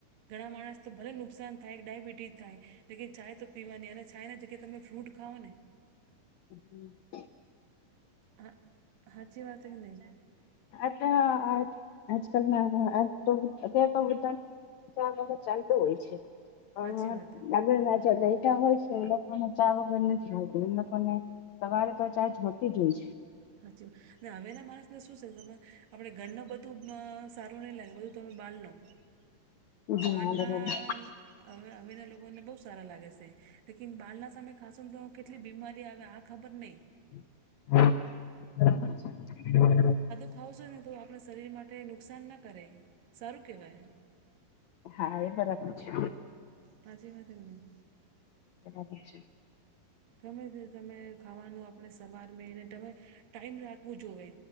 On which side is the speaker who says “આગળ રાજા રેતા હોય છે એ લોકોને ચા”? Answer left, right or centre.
Left